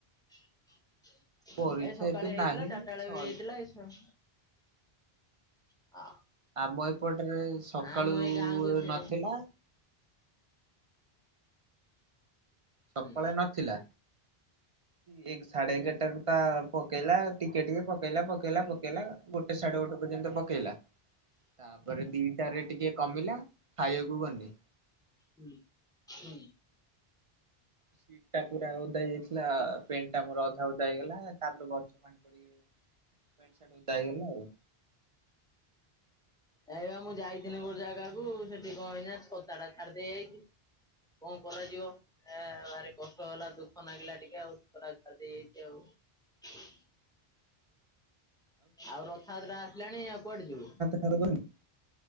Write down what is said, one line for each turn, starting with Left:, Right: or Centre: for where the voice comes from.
Centre: ଏ
Right: ପରୀକ୍ଷା
Centre: ସକାଳେ
Right: ଏବେ
Centre: ହେଇଥିଲା
Right: ନାହିଁ
Centre: ଚାରିଟା
Right: ସଇ
Centre: ବେଳେ ବି ହେଇଥିଲା। ଏସଂ ଆ
Right: ଆମ ଏପଟରେ ସକାଳୁ
Centre: ଆ ମୁଁ ଏଇ ଗାଁକୁ ଯି
Right: ନଥିଲା। ସକାଳେ
Centre: ହୁଁ
Right: ନଥିଲା। ଠିକ୍ ସାଢେ
Centre: ହୁଁ
Right: ଏଗାରଟାରୁ ପା ପକେଇଲା ଟିକେ ଟିକେ ପକେଇଲା ପକେଇଲା ପକେଇଲା ଗୋଟେ ସାଢଡେ ଗୋଟେ ପର୍ଯ୍ୟନ୍ତ ପକେଇଲା। ତା ପରେ ଦିଟାରେ ଟିକେ କମିଲା ଖାଇବାକୁ ଗଲି।
Centre: ହୁଁ ଉଁ।
Right: ସିଟା ପୁରା ଓଦା ହେଇଯାଇଛି। ଥିଲା ପେଣ୍ଟ ଟା ମୋର ଅଧା ଓଦା ହେଇଗଲା। ତା ପରେ ଗଛ ପାଣି ପଡି ପ୍ୟାଣ୍ଟ୍ ସାର୍ଟ ଓଦା ହେଇଗଲା ଆଉ।
Centre: ହେଇ ବା ମୁଁ ଯାଇଥିଲି
Right: ଆଉ ତମ
Centre: ଗୋଟେ
Right: ହଁ
Centre: ଜାଗାକୁ ସେଠି କଣ ହେଇଚି ନା ଛତା ଟା ଛାଡି ଦେଇ ଆଇଛି। କଣ କରାଯିବ?
Right: ହଁ
Centre: ଏ ଭାରି କଷ୍ଟ ହେଲା ଦୁଃଖ ଲାଗିଲା ଟିକେ ଆଉ ଛତା ଟାକୁ ଛାଡ଼ିଦେଇ ଆଇଛି ଆଉ। ଆଉ ରଥଯାତ୍ରା ଆସିଲାଣି ଆଉ କୁଆଡେ ଯିବୁ?
Right: <unintelligible>